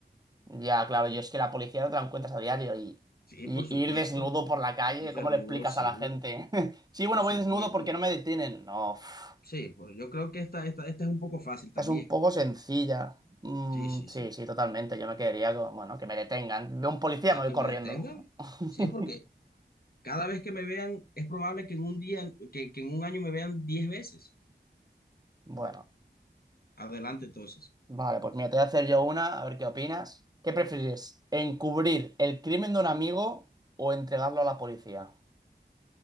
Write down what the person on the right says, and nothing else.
Ya, claro, yo es que la policía no te la encuentras a diario y,
y-
y ir desnudo por la calle,
¿cómo le explicas
a la gente? <laughs> Sí, bueno,
voy
desnudo porque no me detienen. No, uf.
Es un poco sencilla. Mm,
sí,
sí, totalmente. Yo me quedaría con, bueno, que me detengan. Veo un policía,
me voy
corriendo.
<laughs>
Bueno,
vale, pues mira, te voy a hacer yo una, a ver qué opinas. ¿Qué prefieres? ¿Encubrir el crimen de un amigo o entregarlo a la policía?